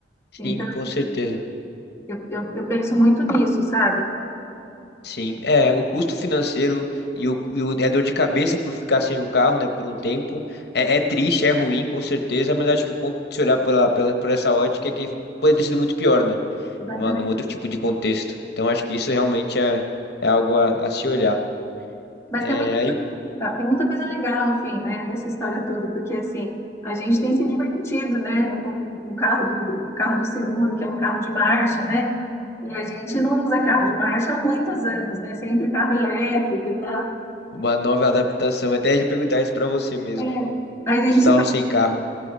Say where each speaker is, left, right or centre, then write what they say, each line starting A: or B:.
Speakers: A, on the left (about 65°); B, on the left (about 15°).
A: Sim,
B: Então,
A: com certeza.
B: eu, eu, eu penso muito nisso, sabe?
A: Sim, é, o custo financeiro e, o, e o- e a dor de cabeça por ficar sem o carro, né, por um tempo, é, é triste, é ruim, com certeza, mas acho que o ponto de se olhar pela, pela, por essa ótica é que poderia ter sido muito pior, né,
B: Exatamente.
A: numa- num outro tipo de contexto. Então, acho que isso realmente é, é algo a, a se olhar.
B: Mas
A: É,
B: tem muita,
A: aí,
B: coisa- tem muita coisa legal no fim, né, dessa história toda, porque assim, a gente tem se divertido, né, com o carro do, o carro do seguro, que é um carro de marcha, né, e a gente não usa carro de marcha há muitos anos, né, sempre carro elétrico e tal.
A: uma nova adaptação, até de perguntar isso para você mesmo,
B: Então, a gente
A: vocês estavam
B: tá,
A: sem carro.